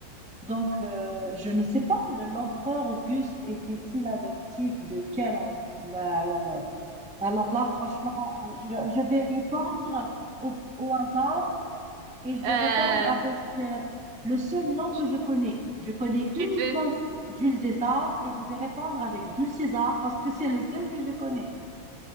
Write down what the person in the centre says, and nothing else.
Donc, euh, je ne sais pas, le- l'empereur Auguste était-il adoptif de quel empereur? alors, euh, alors là, franchement, je, je vais répondre au, au hasard et je vais
répondre avec euh, le seul nom que
je connais. Je connais
uniquement
Jules César et je vais répondre avec Jules César parce que c'est le seul que je connais.